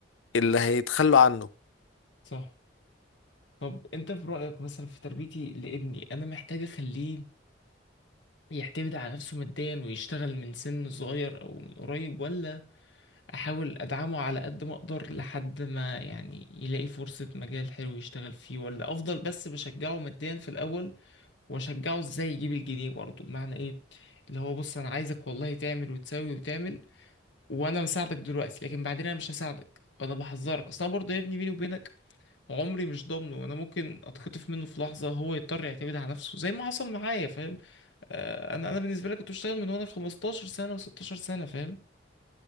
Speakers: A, on the left; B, on the left.
A: اللي هيتخلوا عنه
B: صح طب انت في رأيك مثلا في تربيتي لابني انا محتاج اخليه يعتمد على نفسه ماديا ويشتغل من سن صغير او من قريب ولا احاول ادعمه على قد ما اقدر لحد ما يعني يلاقي فرصة مجال حلو يشتغل فيه ولا افضل بس بشجعه ماديا في الاول واشجعه ازاي يجيب الجنيه برضه بمعنى ايه اللي هو بص انا عايزك والله تعمل وتسوي وتعمل وانا بساعدك دلوقتي لكن بعدين انا مش هساعدك وانا بحذرك اصل انا برضه يا ابني بيني وبينك عمري مش ضامنه وانا ممكن اتخطف منه في لحظة هو يضطر يعتمد على نفسه زي ما حصل معايا فاهم آه انا انا بالنسبة لي كنت بشتغل من وانا 15 سنة و16 سنة فاهم